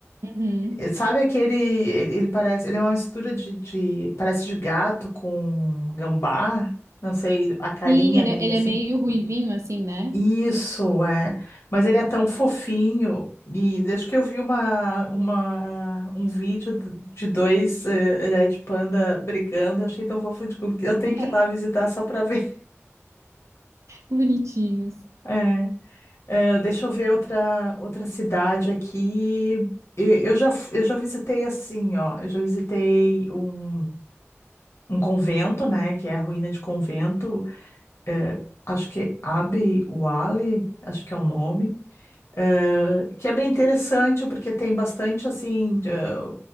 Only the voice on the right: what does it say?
Uhum.
Sim, ele,
é- ele
é meio ruivinho, assim, né?
<laughs>
Bonitinhos.